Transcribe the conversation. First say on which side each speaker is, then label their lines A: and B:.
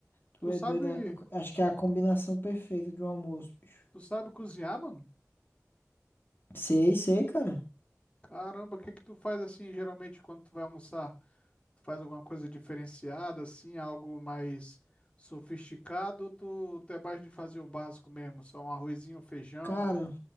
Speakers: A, on the left (about 40°); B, on the left (about 20°).
A: Tu
B: Tu
A: é
B: sabe.
A: doido, a- a- acho que é a combinação perfeita de um almoço, bicho.
B: Tu sabe cozinhar, mano?
A: Sei, sei, cara.
B: Caramba, o que que tu faz assim geralmente quando tu vai almoçar? Tu faz alguma coisa diferenciada, assim, algo mais sofisticado, ou tu, tu é mais de fazer o básico mesmo, só um arrozinho, um feijão?
A: Cara,